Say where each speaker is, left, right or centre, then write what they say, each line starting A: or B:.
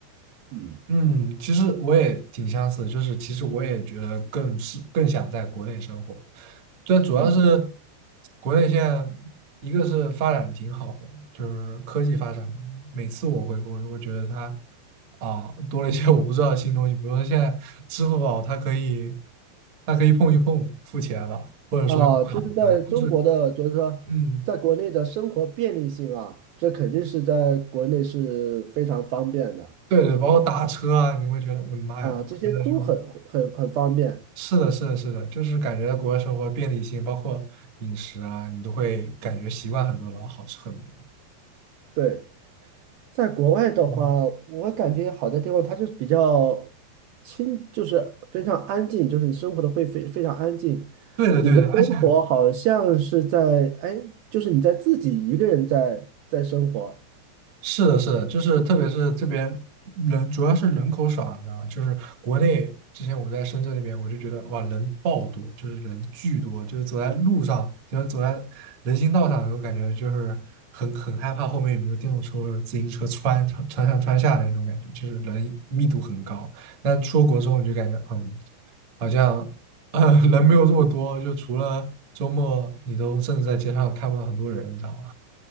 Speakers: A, on the right; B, on the right.
A: 嗯
B: 嗯，其实我也挺相似，就是其实我也觉得更是更想在国内生活，这主要是
A: 嗯，
B: 国内现在一个是发展挺好的，就是科技发展嘛，每次我回国，我会觉得它啊多了一些我不知道的新东西，比如说现在支付宝它可以它可以碰一碰付钱了，或者说用卡了就是
A: 啊，就是在中国的，就是说，
B: 嗯。
A: 在国内的生活便利性啊，这肯定是在国内是非常方便的
B: 对对，包括打车啊，你会觉得我的妈呀，
A: 啊，
B: 打车的时候
A: 这些都很很很方便。
B: 是的，是的，是的，就是感觉国外生活便利性，包括饮食啊，你都会感觉习惯很多，然后好吃很多。
A: 对，在国外的话，
B: 嗯
A: 我感觉好的地方，它就是比较清，就是非常安静，就是你生活的会非非常安静。
B: 对的，
A: 你的生活好像是在，
B: 对的，而且。
A: 哎，就是你在自己一个人在在生活。
B: 是的，是的，就是特别是这边人主要是人口少，你知道吗？就是国内之前我在深圳那边，我就觉得哇，人爆多，就是人巨多，就是走在路上，就是走在人行道上，我感觉就是很很害怕后面有没有电动车或者自行车穿穿穿上穿下那种感觉，就是人密度很高。但出国之后，你就感觉嗯，好像呃人没有这么多，
A: 嗯，
B: 就除了周末，你都甚至在街上看不到很多人，你知道吗？